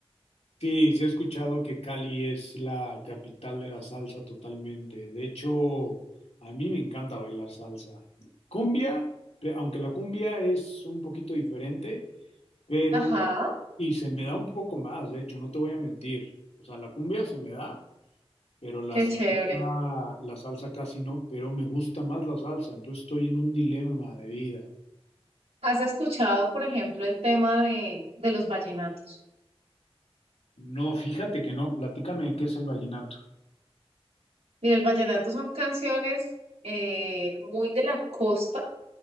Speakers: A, on the left; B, on the right.
A: Sí, sí he escuchado que Cali es la capital de la salsa totalmente. De hecho, a mí me encanta bailar salsa. Cumbia, pe- aunque la cumbia es un poquito diferente, pero
B: Ajá,
A: y se me da un poco más, de hecho, no te voy a mentir. O sea, la cumbia se me da, pero la
B: qué
A: salsa,
B: chévere.
A: la salsa casi no, pero me gusta más la salsa, entonces estoy en un dilema de vida.
B: ¿Has escuchado, por ejemplo, el tema de, de los vallenatos?
A: No, fíjate que no, platícame qué es el vallenato.
B: Mira, el vallenato son canciones eh, muy de la costa,